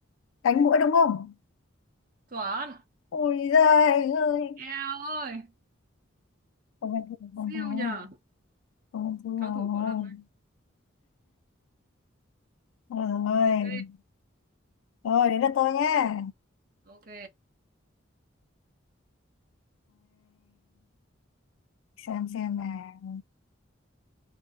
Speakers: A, on the left; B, on the right.
A: đánh muỗi đúng không
B: chuẩn
A: ôi giời ơi
B: eo ơi
A: Tôi bình thường,
B: siêu
A: bình thường,
B: nhờ
A: tôi bình thường
B: cao thủ
A: rồi.
B: võ lâm đấy
A: Rồi,
B: ok
A: rồi đến lượt tôi nhé.
B: ok
A: xem xem nào,